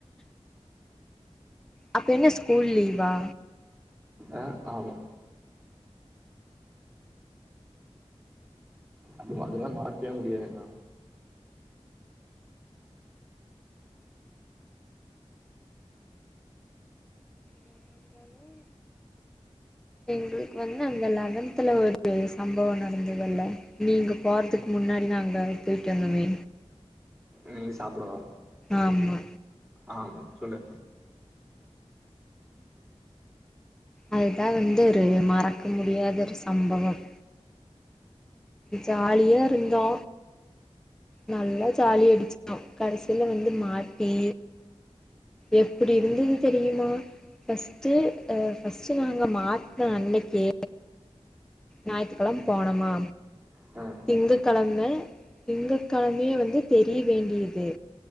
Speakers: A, in the centre; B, on the right.
A: அப்ப என்ன ஸ்கூல் லீவா
B: அ ஆமா அது அதல்லா மறக்கவே முடியாதுனா
A: நாங்களும் எங்களுக்கு வந்து அந்த லெவன்த்துல ஒரு சம்பவோ ந டந்ததல்ல நீங்க போறதுக்கு முன்னாடி நாங்க போயிட்டு வந்தமே
B: நீ சாப்படவா
A: ஆமா
B: ஆமா சொல்லு
A: அதுதா வந்து ஒரு மறக்க முடியாத ஒரு சம்பவம் ஜாலியா இருந்தோ நல்லா ஜாலி அடிச்ட்டோ கடசீல வந்து மாட்டி எப்படி இருந்துது தெரியுமா ஃபஸ்ட்டு அ ஃபஸ்ட்டு நாங்க மாட்ன அன்னைக்கே ஞாயித்துக்கெழம போனமா
B: அ
A: திங்ககெழம திங்க கெழமயே வந்து தெரிய வேண்டிது